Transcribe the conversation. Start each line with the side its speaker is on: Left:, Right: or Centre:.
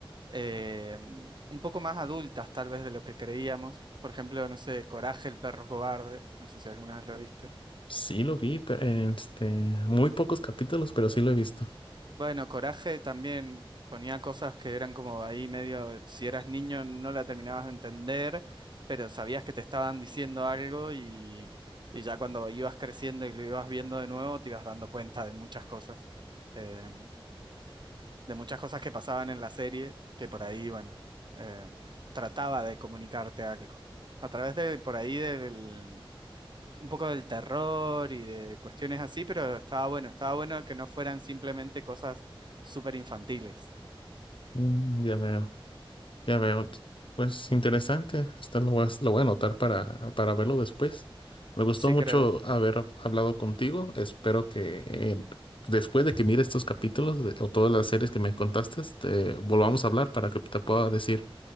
Right: eh, un poco más adultas tal vez de lo que creíamos. Por ejemplo, no sé, Coraje, el perro cobarde, no sé si alguna vez lo viste.
Left: Sí lo vi, pero, este, muy pocos capítulos, pero sí lo he visto.
Right: Bueno, Coraje también ponía cosas que eran como ahí medio, si eras niño no la terminabas de entender, pero sabías que te estaban diciendo algo y, y ya cuando ibas creciendo y lo ibas viendo de nuevo te ibas dando cuenta de muchas cosas, eh, de muchas cosas que pasaban en la serie, que por ahí, bueno, eh, trataba de comunicarte algo. A través de, por ahí del, un poco del terror y de cuestiones así, pero estaba bueno, estaba bueno que no fueran simplemente cosas súper infantiles.
Left: Mm, ya veo. Ya veo, t- pues interesante. Hasta lo voy a, lo voy a anotar para, para verlo después. Me gustó
Right: Sí,
Left: mucho
Right: creo.
Left: haber hablado contigo. Espero que eh, después de que mire estos capítulos de- o todas las series que me contaste, te volvamos a hablar para que te pueda decir